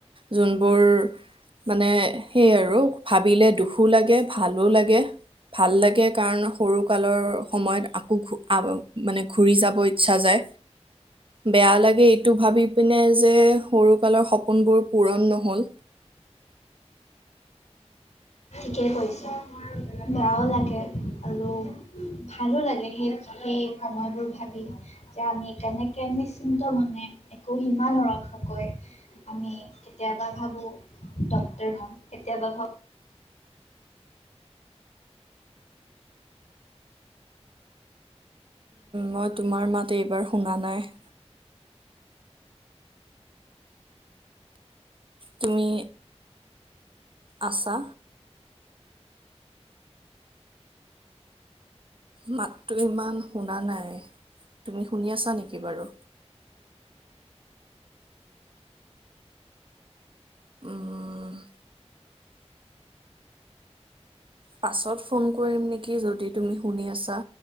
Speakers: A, on the right; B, on the left.
A: যোনবোৰ মানে সেই আৰু ভাবিলে দুখ। দুখো লাগে ভালো লাগে ভাল লাগে কাৰণ সৰু কালৰ সময়ত আকৌ ঘূ আ মানে ঘূৰি যাব ইচ্ছা যায় বেয়া লাগে এইটো ভাবি পিনে যে সৰুকালৰ সপোনবোৰ পূৰণ নহ'ল।
B: কি? <inaudible> ঠিকে কৈছা। বেয়াও লাগে আৰু ভালো লাগে সেই- সেই সময়বোৰ ভাবি যে আমি কেনেকে নিশ্চিন্ত মনে একো সীমা নৰখাকৈ আমি কেতিয়াবা ভাবোঁ ডক্তৰ হম কেতিয়াবা ভাবোঁ
A: মই তোমাৰ মাত এইবাৰ শুনা নাই। তুমি আছা মাতটো ইমান শুনা নাই তুমি শুনি আছা নেকি বাৰু ' <inaudible> পাছত ফোন কৰিম নেকি যদি তুমি শুনি আছা?